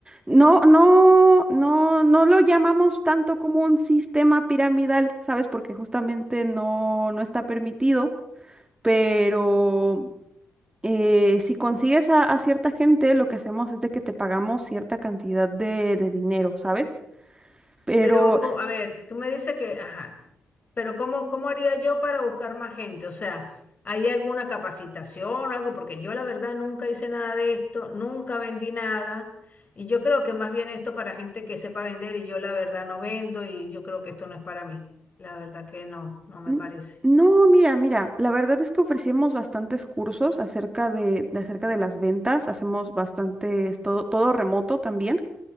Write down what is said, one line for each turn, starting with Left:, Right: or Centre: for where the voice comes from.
Right: No, no, no, no lo llamamos tanto como un sistema piramidal, ¿sabes? Porque justamente no, no está permitido, pero... eh, si consigues a, a cierta gente, lo que hacemos es de que te pagamos cierta cantidad de de dinero, ¿sabes? pero
Left: Pero, ¿cómo? A ver, tú me dices que, ajá, pero ¿cómo, cómo haría yo para buscar más gente? O sea, ¿hay alguna capacitación, algo? Porque yo la verdad nunca hice nada de esto, nunca vendí nada. Y yo creo que más bien esto para gente que sepa vender y yo la verdad no vendo y yo creo que esto no es para mí. La verdad que no, no me
Right: N-
Left: parece.
Right: No, mira, mira, la verdad es que ofrecemos bastantes cursos acerca de, de acerca de las ventas, hacemos bastantes, todo, todo remoto también